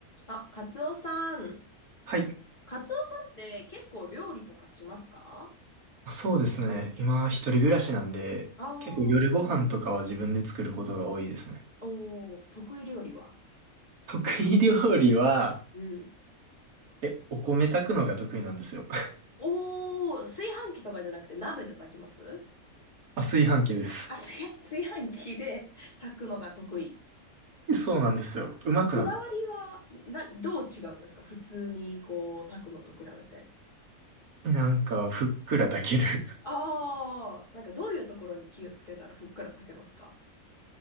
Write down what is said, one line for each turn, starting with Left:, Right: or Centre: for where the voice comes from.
Left: あ、カツオさん。
Right: はい。
Left: カツオさんって結構料理とかしますか
Right: そうですね。今、一人暮らしなんで、
Left: ああー、
Right: 結構夜ご飯とかは自分で作ることが多いですね。
Left: おー、得意料理は。
Right: 得意料理は、
Left: うん。
Right: え、お米炊くのが得意なんですよ。<laughs>
Left: おー、炊飯器とかじゃなくて鍋で炊きます
Right: あ、炊飯器です。
Left: あ、炊炊飯器で <laughs> 炊くのが得意。
Right: そうなんですよ。うまくなった。
Left: こ、こだわりは、な、どう違うんですか普通にこう炊くのと比べて。
Right: えなんか、ふっくら炊ける。
Left: ああ、なんかどういうところに気をつけたらふっくら炊けますか